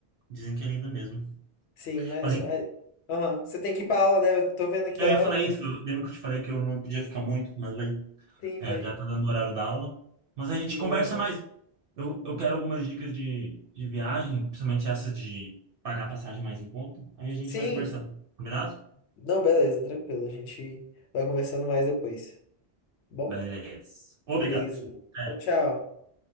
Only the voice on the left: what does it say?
sim, mas.
mas- Aham. Você tem que ir pra aula, né? Eu tô vendo aqui
a
hora.
Sim,
foi.
Sim,
verdade.
Sim.
Não, beleza, tranquilo. A gente vai conversando mais depois. Bom?
Beleza.
Tchau, tchau.